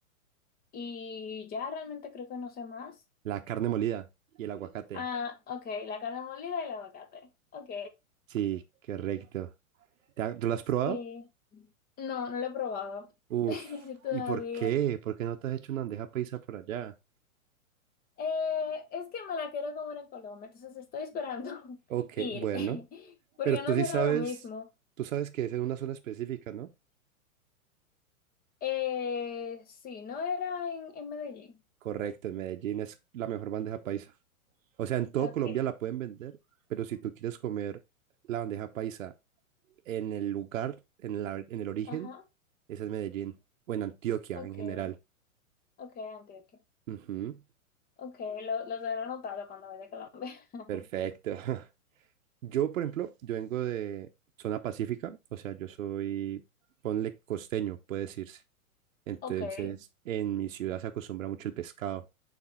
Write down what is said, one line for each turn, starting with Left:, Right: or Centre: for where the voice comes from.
Left: y ya realmente creo que no sé más.
Right: La carne molida y el aguacate.
Left: Ah, ok, la carne molida y el aguacate. Ok,
Right: Sí, correcto. ¿Te ha- ¿Tú lo has
Left: sí.
Right: probado?
Left: No, no lo he probado
Right: Uf,
Left: <laughs> todavía.
Right: ¿y por qué? ¿Por qué no te has hecho una bandeja paisa por allá?
Left: Eh, es que me la quiero comer en Colombia, entonces estoy esperando <laughs>
Right: Ok,
Left: ir,
Right: bueno,
Left: <laughs> porque
Right: pero tú
Left: no
Right: sí
Left: será
Right: sabes,
Left: lo mismo.
Right: tú sabes que es en una zona específica, ¿no?
Left: Eh, sí, no era en, en Medellín.
Right: Correcto, en Medellín es la mejor bandeja paisa. O sea, en todo
Left: okay
Right: Colombia la pueden vender, pero si tú quieres comer la bandeja paisa en el lugar, en la, en el origen,
Left: ajá,
Right: es en Medellín o en Antioquia
Left: okay
Right: en general.
Left: okay Andy, ok, Antioquia.
Right: Ujú,
Left: okay lo, lo tendré anotado cuando vaya a Colombia. <laughs>
Right: perfecto. <laughs> Yo, por ejemplo, yo vengo de zona pacífica, o sea, yo soy, ponle costeño, puede decirse. Entonces,
Left: okay
Right: en mi ciudad se acostumbra mucho el pescado.